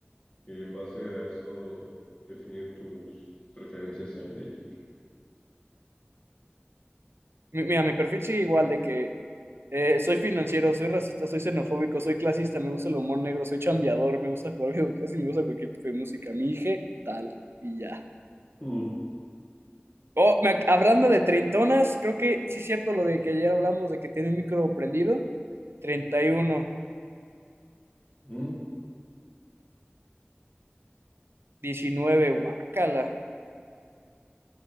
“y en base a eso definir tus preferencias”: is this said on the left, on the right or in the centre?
Left